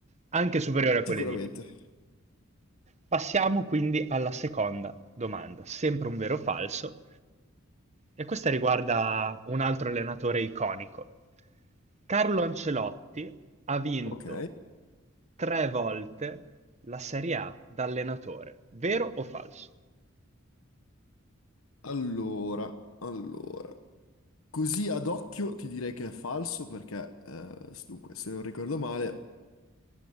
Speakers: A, on the right; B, on the left.
A: anche superiore a quelle
B: sicuramente.
A: di Lippi. Passiamo quindi alla seconda domanda, sempre un vero o falso, e questa riguarda un altro allenatore iconico. Carlo Ancelotti ha vinto
B: Ok,
A: tre volte la Serie A da allenatore, vero o falso?
B: allora, allora. Così ad occhio ti direi che è falso perché, eh, dunque, se non ricordo male,